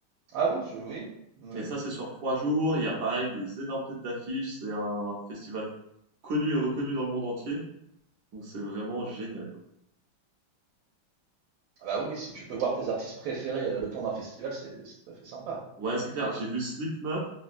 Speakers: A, on the right; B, on the right.
A: Ah oui, je oui. Oui.
B: Et ça, c'est sur trois jours. Il y a pareil des énormes têtes d'affiche. C'est un festival connu et reconnu dans le monde entier. Donc c'est vraiment génial, quoi.
A: Ah bah oui, si tu peux voir tes artistes préférés euh, le temps d'un festival, c'est c'est tout à fait sympa.
B: Ouais, c'est clair. J'ai vu Slipknot,